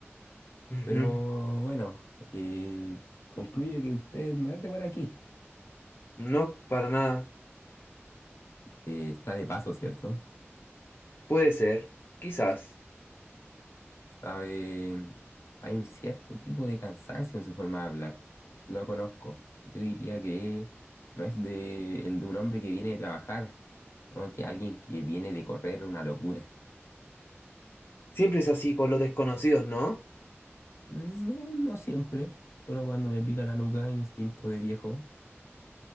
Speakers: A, on the left (about 55°); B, on the left (about 80°).
A: Ujú.
B: Pero bueno, eh, concluye que usted no es de por aquí.
A: No, para nada.
B: Eh, está de paso, ¿cierto?
A: Puede ser, quizás.
B: Sabe, hay un cierto tipo de cansancio en su forma de hablar. Lo conozco. Yo diría que no es de, el de un hombre que viene de trabajar, no que alguien que viene de correr una locura.
A: Siempre es así con los desconocidos, ¿no?
B: No, no siempre, solo cuando me pica la nuca, instinto de viejo.